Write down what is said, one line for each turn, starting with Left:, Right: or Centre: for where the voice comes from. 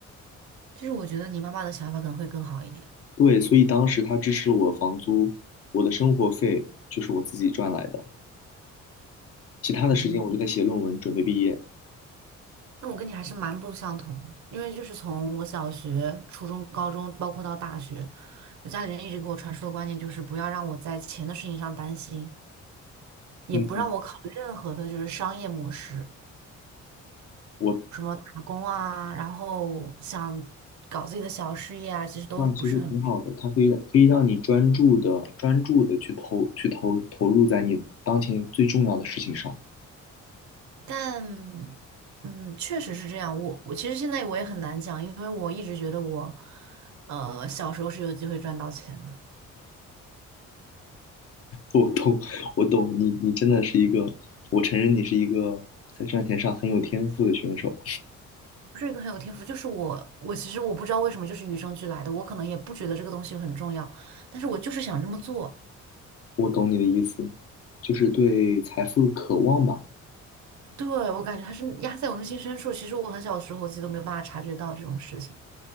Right: 就是我觉得你妈妈的想法可能会更好一点。
Left: 对，所以当时他支持我房租，我的生活费就是我自己赚来的，其他的时间我就在写论文，
Right: 嗯哼，
Left: 准备毕业。
Right: 那我跟你还是蛮不相同的，因为就是从我小学、初中、高中，包括到大学，我家里人一直给我传输的观念就是不要让我在钱的事情上担心，也不让我考虑任何的就是商业模式，
Left: 嗯，我
Right: 什么打工啊，然后想搞自己的小事业啊，其实都是不是很配
Left: 这样其实挺好的，它可以可以让你专注的专注的去投去投投入在你当前最重要的事情上。
Right: 但嗯，确实是这样。我我其实现在我也很难讲，因为我一直觉得我，呃，小时候是有机会赚到钱的。
Left: 我懂，我懂你，你真的是一个，我承认你是一个在赚钱上很有天赋的选手。
Right: 不是一个很有天赋，就是我，我其实我不知道为什么就是与生俱来的，我可能也不觉得这个东西很重要，但是我就是想这么做。
Left: 我懂你的意思，就是对财富的渴望吧。
Right: 对，我感觉它是压在我内心深处，其实我很小的时候我自己都没有办法察觉到这种事情，